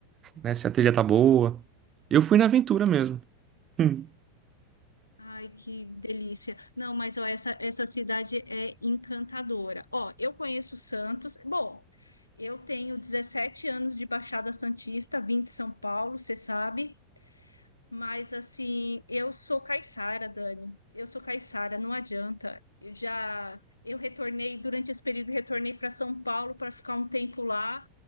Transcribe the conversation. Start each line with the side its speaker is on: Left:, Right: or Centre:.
Right: né? Se a trilha tá boa. Eu fui na aventura mesmo. Hum.
Left: Ai, que delícia. Não, mas ó, essa, essa cidade é encantadora. Ó, eu conheço Santos. Bom, eu tenho 17 anos de Baixada Santista, vim de São Paulo, você sabe. Mas assim, eu sou caiçara, Dani. Eu sou caiçara, não adianta. Eu já eu retornei durante esse período, retornei para São Paulo para ficar um tempo lá,